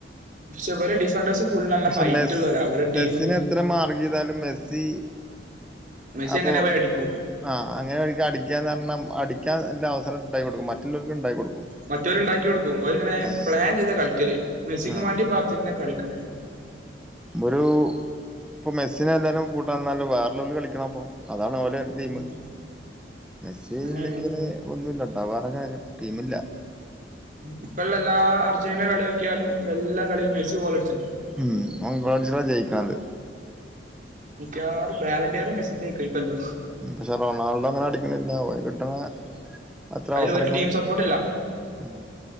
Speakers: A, on the right; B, in the centre.
A: പക്ഷെ ഇവരെ ഡിഫൻഡേഴ്സ് ഫുള്ള് നല്ല
B: പക്ഷെ
A: ഹൈറ്റ്
B: മെസ്
A: ഉള്ളോരാ ഇവരെ ടീമന്നെ
B: മെസ്സിന എത്ര മാർഗ്യ്താലും മെസ്സി-
A: മെസ്സി
B: അപ്പൊ
A: അങ്ങനെ പോയി അടിക്കും
B: ആഹ് അങ്ങനെ വഴിക്ക് അടിക്കാന്ന് പറഞ്ഞ അടിക്കാൻ നല്ല അവസരം ഇണ്ടായി കൊടുക്കും മറ്റുള്ളോർക്ക് ഇണ്ടാക്കി കൊടുക്കും
A: മറ്റോര് ഉണ്ടാക്കി കൊടുക്കും ഓര് ഇങ്ങനെ
B: ആഹ്
A: പ്ലാൻ ചെയ്താ കളിക്കല് മെസിക്കും
B: ആഹ്
A: വാണ്ടി പാർച്ചെന്നെ കളിക്ക്ണ്
B: ഒരു ഇപ്പൊ മെസ്സിനെ എല്ലാരും കൂട്ടതെ തന്നെ വേരെ ഉള്ളേരു കളിക്കണം അപ്പൊ അതാണ് ഓല് ടീംമ്
A: ഉം
B: മെസ്സി
A: അങ്ങനെയാണ്
B: ഇല്ലെങ്കിൽ ഒന്നുല്ല ട്ടോ വേറെ കാര്യം ടീമില്ല
A: ഇപ്പ എല്ലാ അർജന്റീനനേ കളി നോക്കിയാലും എല്ലാ കളിലും മെസ്സി ഗോൾ അടിച്ചി
B: ഉം ഓൻ ഗോളടിച്ചിട്ടാ ജയിക്കണത്
A: മിക്കവാറും ബാലൻ്റിയർ മെസ്സിക്ക് പോയി കളിക്കലോ
B: പക്ഷെ റൊണാൾഡോ അങ്ങനെ അടിക്കണില്ല അവര് കിട്ടണ അത്ര
A: അയില്
B: അവസരങ്ങളും
A: ഓല് ടീം സപ്പോർട്ട് ഇല്ല
B: ഉം